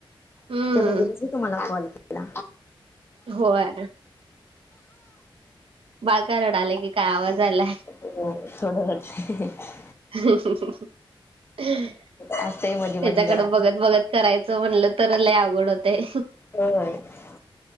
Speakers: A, on the right; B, on the left.
A: हम्म
B: ते बघूनच मी तुम्हालां कॉल केला
A: होय. बाळं का रडालय की काय आवाज आला?
B: होय थोड <unintelligible>
A: <unintelligible> त्याच्याकडे
B: असतंय मधी मधी जरा
A: बघत, बघत करायचं म्हणलं तर लाय अवघड होतय.
B: हो..